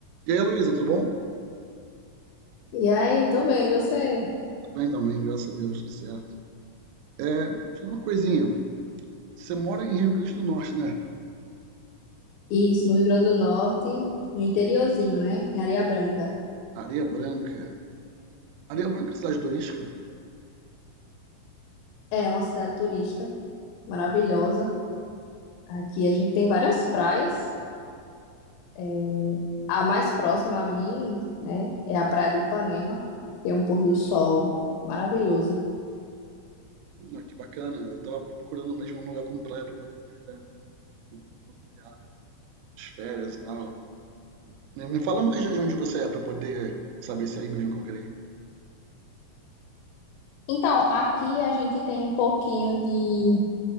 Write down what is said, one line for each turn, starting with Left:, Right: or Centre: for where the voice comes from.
Right: E aí, Luísa, tudo bom? Tudo
Left: E aí, tô bem, e você?
Right: bem também, graças a Deus, tudo certo. É, deixa eu uma coisinha. Você mora em Rio Grande do Norte, né?
Left: Isso, no Rio Grande do Norte, no interiorzinho, né? Em Areia Branca.
Right: Areia Branca. Areia Branca é cidade turística?
Left: É uma cidade turística maravilhosa. Aqui a gente tem várias praias. É, a mais próxima a mim, né, é a Praia de Ipanema. Tem um pôr do sol maravilhoso.
Right: Hum, Ah, que bacana. Eu tava procurando mesmo um lugar com praia para poder viajar, no feriado, nas férias e tal. Me, me fala mais de onde você é para poder saber se é aí mesmo que eu queria.
Left: Então, aqui a gente tem um pouquinho de